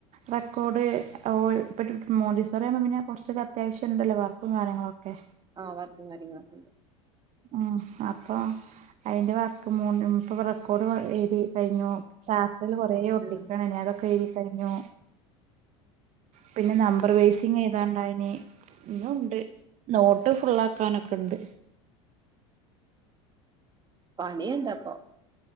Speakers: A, on the right; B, on the right.
A: റെക്കോർഡ്ട്ടി മോഡീസോറിആുമ്പോൾ പിന്നെ കുറച്ചൊക്കെ അത്യാവശ്യം ഉണ്ടല്ലോ വർക്കും കാര്യങ്ങളുംക്കെ
B: ആഹ് വർക്കും കാര്യങ്ങളക്ക്‌ ണ്ട്
A: ആ അപ്പൊ അയിന്റെ വർക്ക് മൂ മുപ്പ് വ റെ ക്കോട് എഴു തി കഴിഞ്ഞു ചാർട്ട് ക ൽ കുറെ ഒട്ടിക്കാണ്
B: ഉം
A: ഇനി അതൊക്കെ എഴു തി കഴിഞ്ഞു പിന്നെ നമ്പർ വൈസിങ് ഏഴു താണ് ണ്ടായിരുന്ന് ഇനിം ഉണ്ട് നോട്ട് ഫുള്ളക്കാനൊക്കെ ഇണ്ട്.
B: പണിയുണ്ടപ്പൊ